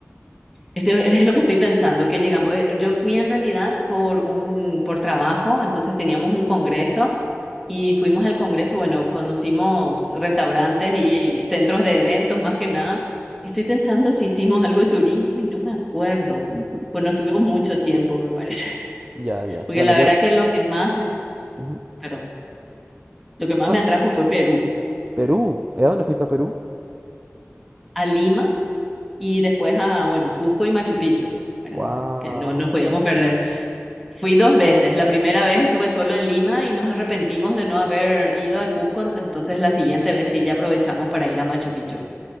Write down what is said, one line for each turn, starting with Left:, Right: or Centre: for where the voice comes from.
Centre: esto es lo que estoy pensando, que llegamos, eh, yo fui en realidad por un, por trabajo, entonces teníamos un congreso Y fuimos al Congreso, bueno, conocimos restaurantes y centros de eventos más que nada. Estoy pensando si hicimos algo de turismo y no me acuerdo.
Right: Ujú.
Centre: Pues no estuvimos mucho tiempo, me parece. <laughs>
Right: Ya, ya.
Centre: Porque
Right: Bueno,
Centre: la
Right: yo...
Centre: verdad que lo que más me,
Right: ujú.
Centre: perdón, lo que más
Right: Ah,
Centre: me atrajo fue Perú,
Right: Perú. ¿Y a dónde fuiste a Perú?
Centre: a Lima y después a, bueno, Cusco y Machu Picchu, ¿verdad?
Right: Wow.
Centre: Que no nos podíamos perder. Fui dos veces. La primera vez estuve solo en Lima y nos arrepentimos de no haber ido a Cusco, entonces la siguiente vez sí ya aprovechamos para ir a Machu Picchu.